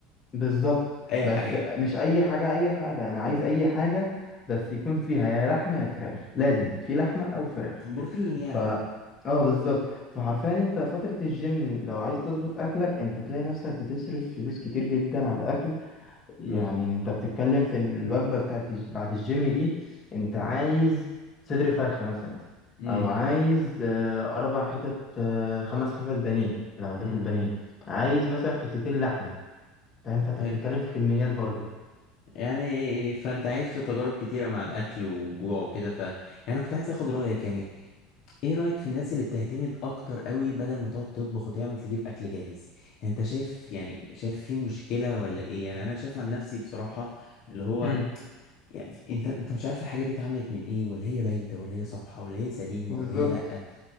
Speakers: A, on the left; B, on the left.
A: بالظبط
B: اي
A: بس
B: حاجه
A: مش اي حاجه اي حاجه انا عايز اي حاجه بس يكون فيها يا لحمه يا فراخ لازم في لحمه او فراخ
B: بروتين يعني
A: ف اه بالظبط فحرفيا انت فتره الجيم لو عايز تظبط اكلك انت تلاقي نفسك بتصرف فلوس كتير جدا على الاكل يعني
B: امم
A: انت بتتكلم في ان الوجبه بتاعت الج- بعد الجيم دي انت عايز صدر فرخه مثلا
B: امم
A: او عايز آه، اربع حتت آه، خمس حتت بانيه لو هتاكل
B: امم
A: بانيه عايز مثلا حتتين لحمه فاهم فانت
B: حلو
A: بتتكلم في كميات برضو
B: يعني فانت عشت تجارب كتيره مع الاكل وجوع وكده ف يعني كنت عايز اخد رايك يعني ايه رايك في الناس اللي بتعتمد اكتر قوي بدل ما تقعد تطبخ وتعمل تجيب اكل جاهز يعني انت شايف يعني شايف في مشكله ولا ايه يعني انا شايف عن نفسي بصراحه اللي هو
A: امم
B: يعني انت انت مش عارف الحاجه دي اتعملت من ايه ولا هي بايته ولا هي صبحه ولا هي سليمه
A: بالظبط
B: ولا هي لا